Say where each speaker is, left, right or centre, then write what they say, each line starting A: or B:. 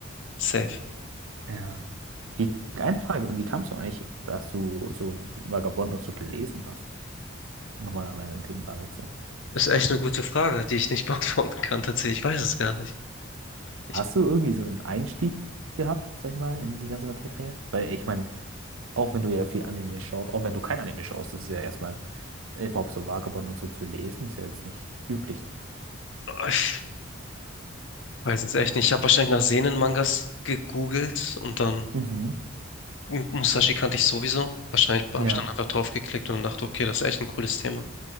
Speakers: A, on the left (about 65°); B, on the right (about 85°).
A: Safe.
B: Ja. Wie, eine Frage, wie kamst du eigentlich, dass du so Vagabond und so gelesen hast? Und nochmal random Themenwechsel.
A: Ist echt eine gute Frage, die ich nicht <laughs> beantworten kann, tatsächlich. Ich weiß es gar nicht. Ich,
B: Hast du irgendwie so einen Einstieg gehabt, sag ich mal, in die ganze Materie? Weil ich meine, auch wenn du ja viel Anime schaust, auch wenn du kein Anime schaust, das ist ja erstmal überhaupt so Vagabond und so zu lesen, ist ja jetzt nicht üblich.
A: ich weiß es echt nicht. Ich habe wahrscheinlich nach Seinen-Mangas gegoogelt und dann
B: Mhm.
A: Musashi kannte ich sowieso. Wahrscheinlich habe
B: Ja,
A: ich dann einfach draufgeklickt und dachte, okay, das ist echt ein cooles Thema.